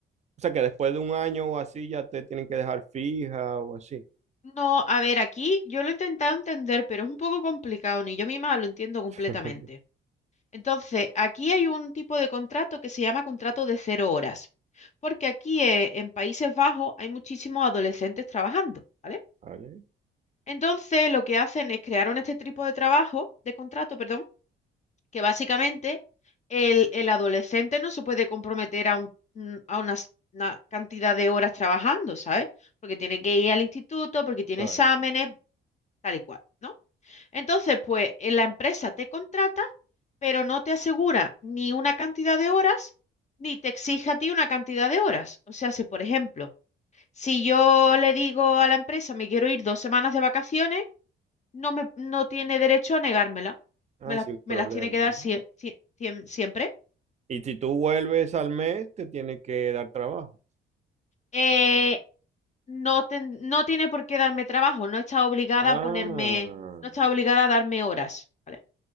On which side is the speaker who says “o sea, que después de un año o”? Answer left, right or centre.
Right